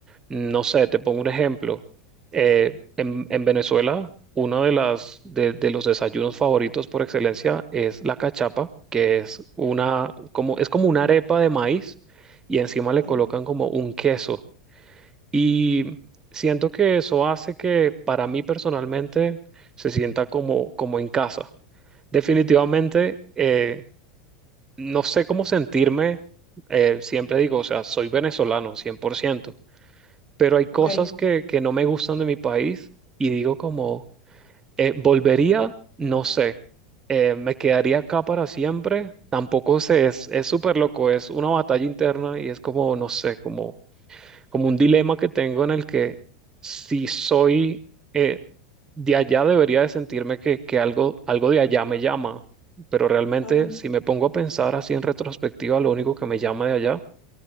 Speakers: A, on the right; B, on the left.
A: No sé, te pongo un ejemplo. Eh, en, en Venezuela, uno de las de, de los desayunos favoritos por excelencia es la cachapa, que es una como es como una arepa de maíz y encima
B: ok,
A: le colocan como un queso. Y siento que eso hace que para mí personalmente se sienta como, como en casa. Definitivamente, eh, no sé cómo sentirme. eh, siempre digo, o sea, soy venezolano, cien por ciento pero hay
B: ok,
A: cosas que, que no me gustan de mi país y digo como, eh, volvería, no sé, eh, me quedaría acá para siempre. Tampoco sé, es, es súper loco, es una batalla interna y es como, no sé, como como un dilema que tengo en el que si soy eh, de allá debería de sentirme que, que algo, algo de allá me llama, pero realmente
B: claro,
A: si me pongo a pensar así en retrospectiva, lo único que me llama de allá